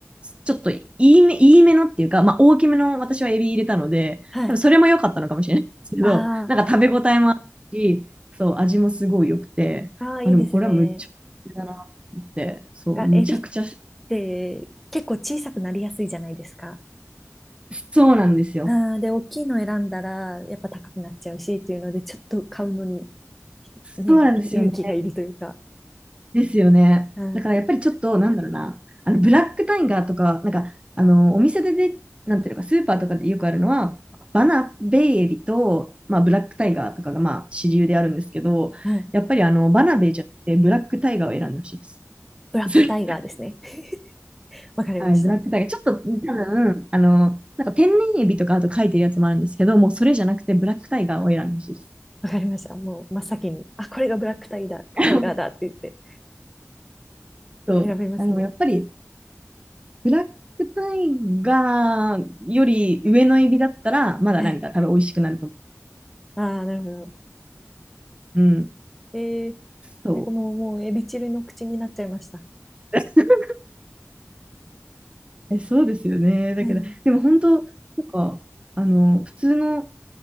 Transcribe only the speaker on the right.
ちょっといいめ、いいめのっていうか、まあ、大きめの私はエビ入れたので、
多分それも良かったのかもしれないですけど、
なんか食べ応えもあるし、
そう、味もすごい良くて、
まあ、でもこれはむっちゃだなって、そう、
むちゃくちゃ好
そうなんですよ。
そうなんですよね。
ですよね。
だからやっぱりちょっと、なんだろうな、あのブラックタイガーとか、なんか、あの、お店でで、なんていうのか、スーパーとかでよくあるのは、バナベイエビと、まあ、ブラックタイガーとかが、まあ、主流であるんですけど、
やっぱりあの、バナベイじゃなくて、ブラックタイガーを選んでほしいです。
<laughs> それ
はい、ブラックタイガー。ちょっと、多分、あの、なんか天然エビとかあと書いてるやつもあるんですけど、もうそれじゃなくて、ブラックタイガーを選んでほしいです。
<laughs>
そうあのやっぱり
ブラックタイガーより上のエビだったら、まだなんか多分美味しくなると思
う。うん。
そう。
<laughs> え、そうですよね。だけど、
でも本当、なんか、あの、普通の